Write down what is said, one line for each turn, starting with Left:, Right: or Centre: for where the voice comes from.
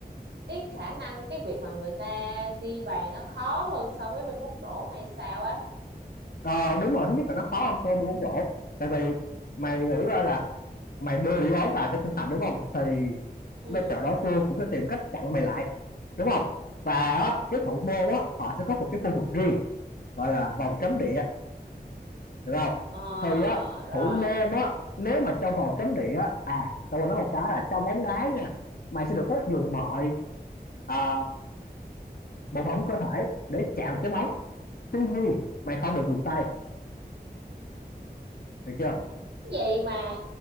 Right: cái khả năng cái việc mà người ta ghi bàn nó khó hơn so với bên bóng rổ hay sao á
Left: ờ, đúng rồi thứ nhất là nó khó hơn so với bóng rổ tại vì mày nghĩ coi là mày đưa đi bóng vào cho khung thành đúng không thì
Right: ừ
Left: đối tượng đối phương cũng sẽ tìm cách chặn mày lại đúng không và á, cái thủ môn á họ sẽ có một cái khu vực riêng gọi là vòng cấm địa được không
Right: ờ
Left: thì á
Right: rồi
Left: thủ môn á nếu mà trong vòng cấm địa á à tôi còn nói một cái là trong bóng đá nha mày sẽ được phép dùng mọi à, bộ phận của cơ thể để chạm vào cái bóng tuy nhiên mày không được dùng tay được chưa
Right: cái gì mà